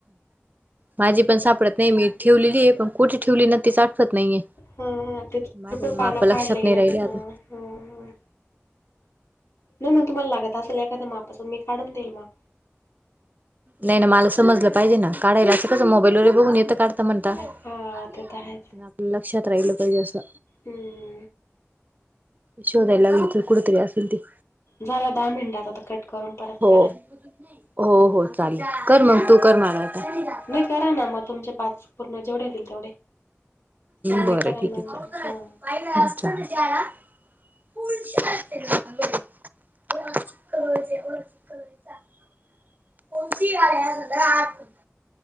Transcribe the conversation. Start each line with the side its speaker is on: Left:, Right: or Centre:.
Right: माझी पण सापडत नाही, मी ठेवलेली आहे पण कुठे ठेवली ना, तेच आठवत नाहीये.
Left: हा हा, ते
Right: माझं
Left: भरपूर पाना
Right: माप लक्षात
Left: फाडल्या गेले
Right: नाही राहिले
Left: त्याच्या
Right: आता
Left: मुळे ना. ह नाही मग, तुम्हाला लागत असेल एखाद्या मापासून मी काढून देईल माप.
Right: नाही नाही, मला समजलं पाहिजे ना काढाला असं कसं मोबाईल वर ही बघून येतं काढायला. म्हणता, आपल्या
Left: हा ते तर आहेच
Right: लक्षात राहिल पाहिजे असं.
Left: हम्म,
Right: शोधायला लागेल कुठं तरी असेल. ती.
Left: झाला दहा मिनटाचा आता कट करून परत
Right: हो
Left: करा.
Right: हो
Left: हं.
Right: हो, चालेल कर मग तू कर मला आता.
Left: नाही करा ना, मग तुमचे पाच पूर्ण जेवढे येतील तेवढे. मग
Right: बरं
Left: मी करल
Right: ठीक
Left: ना, नंतर हा.
Right: <unintelligible> <unintelligible>